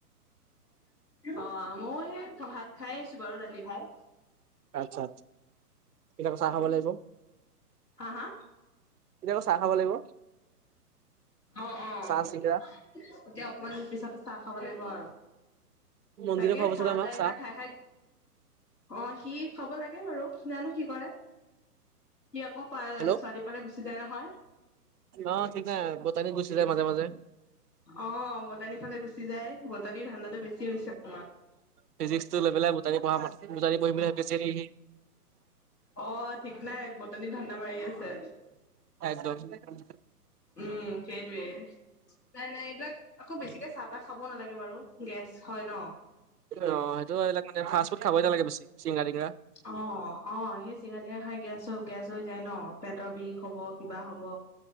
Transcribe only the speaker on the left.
অ' মইয়ো সেই ভাত খাই আহিছো বাৰু। দালি, ভাত
হা, হা?
অ', অ'।
এতিয়া অকমান পিছত চাহ খাব লাগিব আৰু।
তাকে
চাহ-তাহ
এইবিলাক
খাই খাই অ', সি খোৱাব লাগে বাৰু, জানো কি কৰে। সি আকৌ পায়
ছোৱালী পালে গুচি যায় নহয়।
অ' বটানীৰ ফালে গুচি যায়, বটানীৰ ধান্দাটো বেছি হৈছে অকমান।
অঁ, ঠিক নাই বটনিত ধান্দা মাৰি আছে।
উম সেইটোৱে, নাই নাই এইবিলাক একো বেছিকে চাহ তাহ খাব নালাগে বাৰু গেছ হয় ন।
অঁ অঁ, সেই চিংৰা তিংৰা খাই গেছ গেছ হৈ যায় ন পেটৰ বিষ হব কিবা হব।